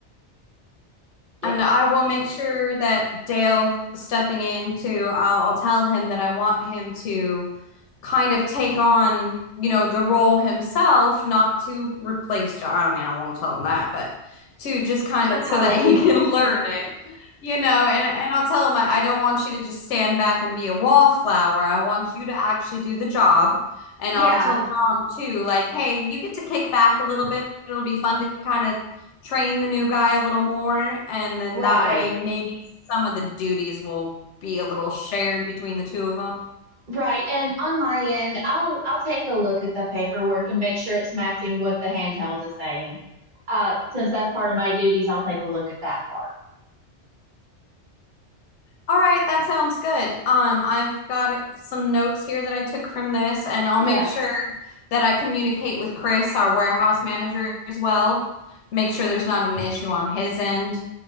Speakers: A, on the right; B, on the left.
A: Yeah,
B: And I will make sure that Dale stepping in too, I'll, I'll tell him that I want him to kind of take on, you know, the role himself, not to replace John. I mean, I won't tell him that, but to just kind
A: apologies.
B: of so that he can <laughs> learn it, you know. And, and I'll tell him, I, I don't want you to just stand back and be a wallflower. I want you to actually do the job. And
A: Yeah,
B: I'll tell John too, like, hey, you get to kick back a little bit. It'll be fun to kind of train the new guy a little more, and then
A: right.
B: that way maybe some of the duties will be a little shared between the two of them.
A: Right. And on my end, I'll I'll take a look at the paperwork and make sure it's matching what the handheld is saying. Uh, since that's part of my duties, I'll take a look at that part.
B: All right, that sounds good. Um, I've got some notes here that I took from this, and I'll
A: Yeah.
B: make sure that I communicate with Chris, our warehouse manager, as well. Make sure there's not an issue on his end.